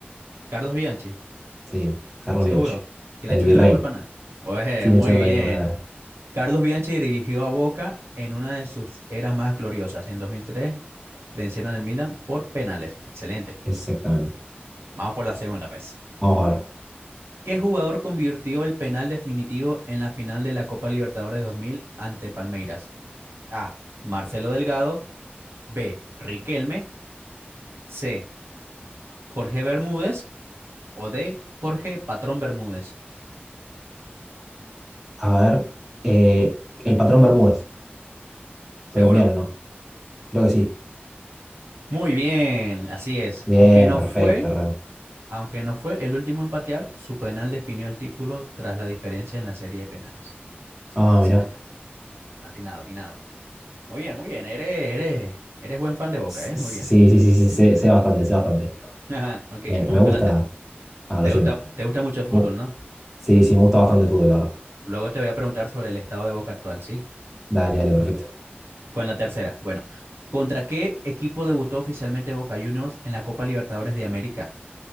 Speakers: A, on the right; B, in the centre.
A: Carlos Bianchi,
B: Sí, Carlos
A: seguro,
B: Bianchi.
A: sin
B: El
A: echarle
B: virrey.
A: la culpa a nadie. Oye,
B: Sin
A: muy
B: echar
A: bien.
B: la corona.
A: Carlos Bianchi dirigió a Boca en una de sus eras más gloriosas. En 2003 vencieron al Milan por penales. Excelente.
B: Exactamente.
A: Vamos por la segunda, pues.
B: Vamos a ver.
A: ¿Qué jugador convirtió el penal definitivo en la final de la Copa Libertadores 2000 ante Palmeiras? A. Marcelo Delgado. B. Riquelme. C. Jorge Bermúdez. O D. Jorge Patrón Bermúdez.
B: A ver. eh, el patrón Bermúdez.
A: ¿Seguro?
B: Colombiano, ¿no? Creo que sí.
A: Muy bien, así es.
B: Bien,
A: Aunque no
B: perfecto,
A: fue
B: Randy.
A: Aunque no fue el último en patear, su penal definió el título tras la diferencia en la serie de penales. Así
B: Ah,
A: que excelente.
B: mirá.
A: Atinado, atinado. Muy bien, muy bien. Eres, eres, eres buen fan de Boca,
B: Sí,
A: ¿eh? Muy bien.
B: sí, sí, sí, sé, sé bastante, sé bastante.
A: <laughs> Ok,
B: Me,
A: vamos
B: me gusta.
A: con la... te-
B: A ver,
A: te
B: decime.
A: gusta, te gusta mucho el fútbol,
B: Mu-
A: ¿no?
B: Sí, sí, me gusta bastante el fútbol, la verdad.
A: Luego te voy a preguntar sobre el estado de Boca actual, ¿sí?
B: Dale, dale, perfecto.
A: Con la tercera. Bueno, ¿contra qué equipo debutó oficialmente Boca Juniors en la Copa Libertadores de América?